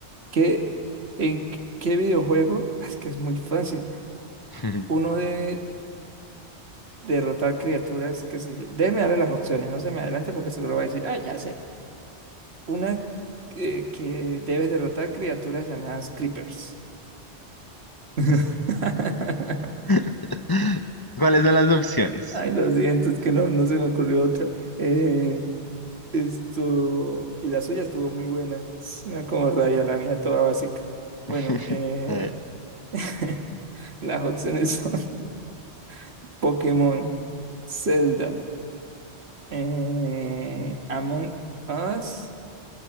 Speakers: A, on the right; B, on the left.
A: ¿Qué, en qué qué videojuego? <laughs> Es que es muy fácil.
B: <laughs>
A: Uno de derrotar criaturas, qué sé yo. Déjeme darle las opciones, no se me adelante porque seguro va a decir, ah, ya sé. Una eh, que debes derrotar criaturas llamadas creepers. <laughs>
B: <laughs> ¿Cuáles son las opciones?
A: Ay, lo siento, es que no, no se me ocurrió otra. Eh, Esto, y la suya estuvo muy buena, suena como raya, la mía toda básica. Bueno,
B: <laughs>
A: eh,
B: A ver.
A: <laughs> las opciones son <laughs> Pokémon, Zelda, eh, Among Us